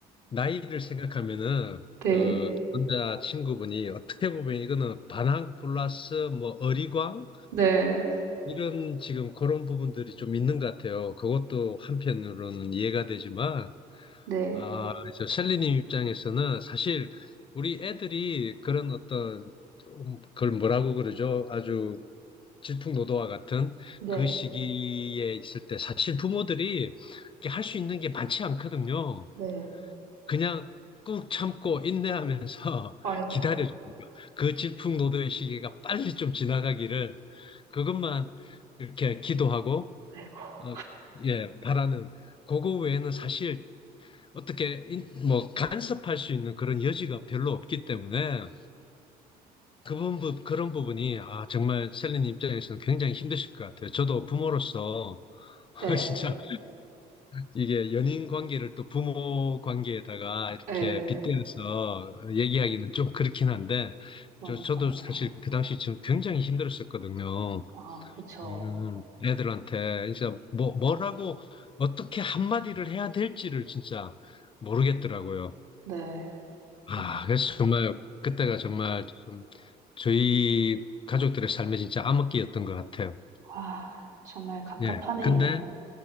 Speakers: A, on the left; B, on the right.
A: 나이를 생각하면은,
B: 네.
A: 그, 남자 친구분이 어떻게 보면 이거는 반항 플러스 뭐 어리광?
B: 네.
A: 이런 지금 그런 부분들이 좀 있는 것 같아요. 그것도 한편으로는 이해가 되지만,
B: 네.
A: 아, 저 셀리님 입장에서는 사실 우리 애들이 그런 어떤 음, 그걸 뭐라고 그러죠? 아주 질풍노도와 같은
B: 네.
A: 그 시기에 있을 때 사실 부모들이 할 수 있는 게 많지 않거든요.
B: 네.
A: 그냥 꾹 참고 인내하면서
B: 아이고.
A: <laughs> 기다려주는 거. 그 질풍노도의 시기가 빨리 좀 지나가기를 그것만 이렇게 기도하고
B: 아이고.
A: 어, 예, 바라는 그거 외에는 사실 어떻게 인- 뭐 간섭할 수 있는 그런 여지가 별로 없기 때문에 그 부분 그런 부분이 아 정말 셀린 입장에서는 굉장히 힘드실 것 같아요. 저도 부모로서 <laughs>
B: 네.
A: 진짜 이게 연인 관계를 또 부모 관계에다가 이렇게
B: 네
A: 빗대어서 얘기하기는 좀 그렇긴 한데
B: 그러니깐요.
A: 저 저도 사실 그 당시 지금 굉장히 힘들었었거든요.
B: 아 그쵸.
A: 음, 애들한테 진짜 뭐 뭐라고 어떻게 한마디를 해야 될지를 진짜 모르겠더라고요.
B: 네.
A: 아,
B: 아휴
A: 그래서 정말 그때가 정말 좀 저희 가족들의 삶에 진짜 암흑기였던 것 같아요.
B: 아 정말 갑갑하네요.
A: 예. 근데